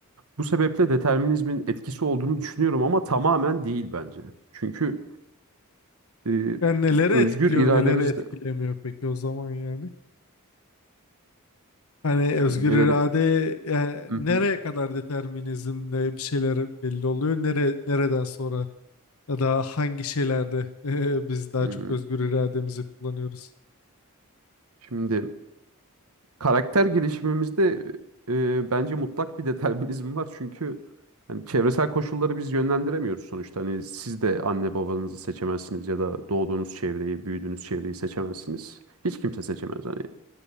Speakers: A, on the right; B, on the left.
A: Bu sebeple determinizmin etkisi olduğunu düşünüyorum ama tamamen değil bence. Çünkü e,
B: Yani nelere
A: bir özgür
B: etkiliyor,
A: irademiz
B: nelere etkilemiyor
A: de
B: peki o zaman yani? Hani
A: şimdi
B: özgür
A: neleri
B: irade yani
A: Mhm.
B: nereye kadar determinizmle bir şeyler belli oluyor? Nere, nereden sonra ya da hangi şeylerde <laughs> eee, biz daha
A: Hmm.
B: çok özgür irademizi kullanıyoruz?
A: Şimdi karakter gelişimimizde e, e, bence mutlak bir determinizm var. Çünkü hani çevresel koşulları biz yönlendiremiyoruz sonuçta. Hani siz de anne babanızı seçemezsiniz ya da doğduğunuz çevreyi, büyüdüğünüz çevreyi seçemezsiniz. Hiç kimse seçemez. Hani